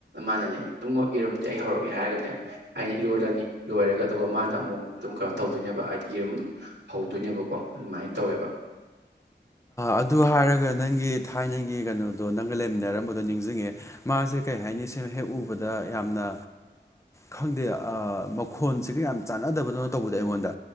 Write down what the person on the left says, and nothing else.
ꯑꯗꯨ ꯍꯥꯏꯔꯒ ꯅꯪꯒꯤ ꯊꯥꯏꯅꯪꯒꯤ ꯀꯩꯅꯣꯗꯣ ꯅꯪꯒ ꯂꯩꯃꯤꯟꯅꯔꯝꯕꯗꯣ ꯅꯤꯡꯁꯤꯡꯉꯦ ꯃꯥꯁꯦ ꯀꯩ ꯍꯥꯏꯅꯤ ꯁꯤꯃ ꯍꯦꯛ ꯎꯕꯗ ꯌꯥꯝꯅ ꯈꯪꯗꯦ ꯃꯈꯣꯟꯁꯤꯒ ꯌꯥꯝ ꯆꯥꯟꯅꯗꯕꯅꯅꯣ ꯇꯧꯕꯗ ꯑꯩꯉꯣꯟꯗ